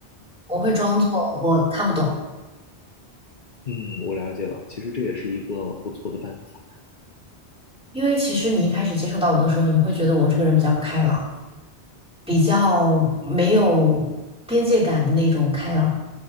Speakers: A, in the centre; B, on the left.
A: 我会装作我看不懂，
B: 嗯，我了解了。其实这也是一个不错的办法。
A: 因为其实你一开始接触到我的时候，你会觉得我这个人比较开朗，比较没有边界感的那种开朗。